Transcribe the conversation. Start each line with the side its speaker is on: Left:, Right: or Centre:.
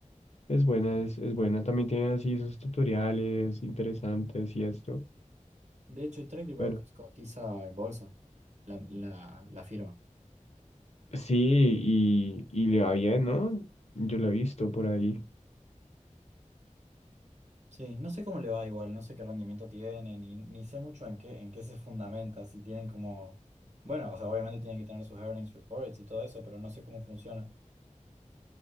Left: es buena, es, es buena, también tiene así sus tutoriales interesantes y esto,
Right: De hecho, Trade Brokers
Left: pero
Right: cotiza en bolsa, la, la- la firma.
Left: sí, y, y le va bien, ¿no? Yo lo he visto por ahí.
Right: Sí, no sé cómo le va igual, no sé qué rendimiento tiene, ni, ni sé mucho en qué, en qué se fundamenta, si tienen como... Bueno, o sea, obviamente tienen que tener sus earnings reports y todo eso, pero no sé cómo funciona.